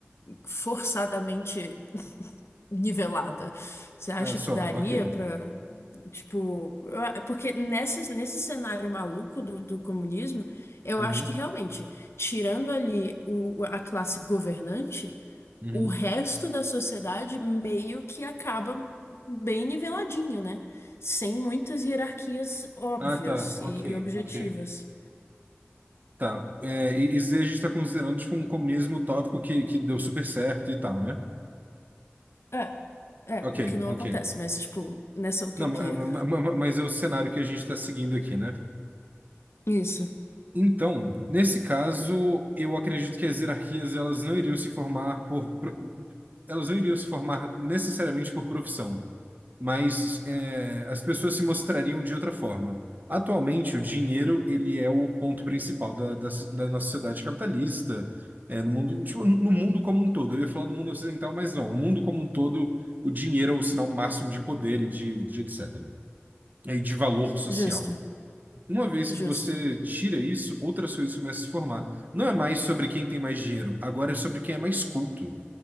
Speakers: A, on the left (about 85°); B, on the right (about 45°).
A: forçadamente. nivelada. Você acha
B: Ah, só,
A: que daria
B: ok.
A: pra, tipo, eu a- porque nessa, nesse cenário maluco do, do comunismo, eu
B: Uhum,
A: acho que realmente, tirando ali o, a classe governante,
B: uhum.
A: o resto da sociedade meio que acaba bem niveladinho, né? Sem muitas hierarquias óbvias
B: Ah, tá,
A: e,
B: ok,
A: e objetivas.
B: ok. Tá, é, e- isso aí a gente está considerando tipo, um comunismo utópico que, que deu super certo e tal, né?
A: É, é,
B: Ok,
A: o que não
B: ok.
A: acontece, mas, tipo, nessa utopia.
B: Não, ma- ma- ma- ma- mas é o cenário que a gente está seguindo aqui, né?
A: Isso,
B: Então, nesse caso, eu acredito que as hierarquias elas não iriam se formar por pro- elas não iriam se formar necessariamente por profissão, mas é, as pessoas se mostrariam de outra forma. Atualmente, o dinheiro ele é o ponto principal da, da, so- da nossa sociedade capitalista, é, no mundo, tipo, no mundo como um todo. Eu ia falar do mundo ocidental, mas não. O mundo como um todo, o dinheiro é o sinal máximo de poder e de, de etc. E de valor social.
A: justo,
B: Uma vez
A: justo.
B: que você tira isso, outras coisas começam a se formar. Não é mais sobre quem tem mais dinheiro, agora é sobre quem é mais culto.